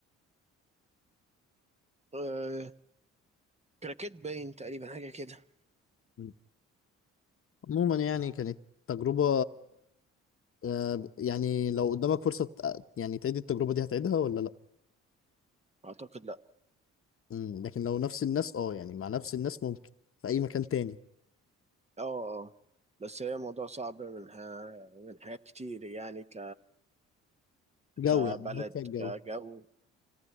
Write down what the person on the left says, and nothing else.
مم. عموما يعني كانت تجربة آه، يعني لو قدامك فرصة تق- يعني تعيد التجربة دي هتعيدها ولا لا؟
مم. لكن لو نفس الناس اه يعني مع نفس الناس ممكن في اي مكان تاني
جو
يعني هناك فيها الجو